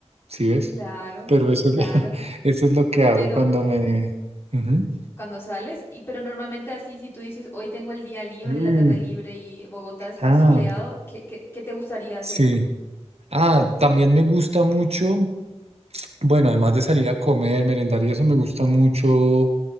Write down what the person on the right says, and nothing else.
¿Sí ves?
Pero eso
es, <laughs> eso es lo que hago
cuando me... Ujú.
Mm,
Ah,
sí. Ah, también me gusta mucho, bueno, además de salir a comer, merendar y eso, me gusta mucho